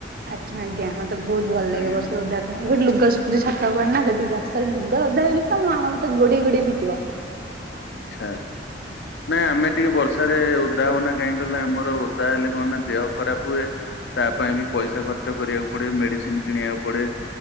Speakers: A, on the right; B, on the left.
A: ଆଚ୍ଛା, ଆଜ୍ଞା, ମତେ ବହୁତ ଭଲ ଲାଗେ
B: ଆଜ୍ଞା
A: ବର୍ଷା ଓଦାହେବା ପାଇଁ, ଏଟ ଲୁଗା ଶୁ ଛାତତା ହ ନା ଯଦି ବର୍ଷା <unintelligible> ଲୁଗା ଓଦା ହେଇଗଲେ ତ, ମାମା ମତେ ଗୋଡେଇ ଗୋଡେଇ ପିଟିବ।
B: ଛା। ନାଇଁ ଆମେ ଟିକେ ବର୍ଷାରେ ଓଦା ହଉନା କାହିଁ କହିଲଲେ ଆମର ଓଦା ହେଲେ କଣ ନା ଦେହ ଖରାପ ହୁଏ। ତା ପାଇଁ ବି ପଇସା ଖର୍ଚ୍ଚ କରିବାକୁ ପଡେ ମେଡିସିନ କିଣିବାକୁ ପଡେ।